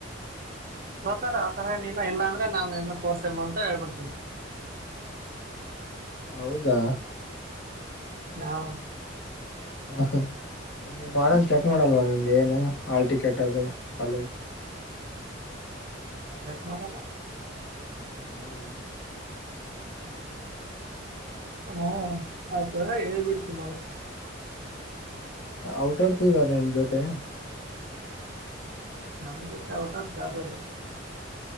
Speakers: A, on the right; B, on the left.
A: ತಾರ ಆತರ ಏನಿಲ್ಲ ಇಲ್ಲಾಂದ್ರೆ ನಾ ನಿ ಕೋರ್ಸೆಮ ಅಂತ ಹೇಳ್ಬಿಡ್ತೀನಿ.
B: ಹೌದಾ?
A: ಹಾ
B: ಹ ನಮ್ ವಾರ್ಡನ್ ಚೆಕ್ ಮಾಡಲ್ವ ನಿಮಗೆ ಏನು ಹಾಲ್ ಟಿಕೆಟ್ ಅದು ಕಾಲೇಜ್
A: ಚೆಕ್ ಮಾಡಲ್ಲ.
B: ಹ್ಮ
A: ಹ್ಮ <inaudible> ಹುಂ ಆಯ್ತ ಹೇಳ್ಬಿಡ್ತೀನಿ ಆಯ್ತು.
B: ಔಟಾಫ್ ನಿಂದಾ ನಿಮ್ಜತೆ.
A: ನಮ್ಜೊತೆೆ ಔಟಾಫ್ ಯಾರು ಇಲ್ಲ.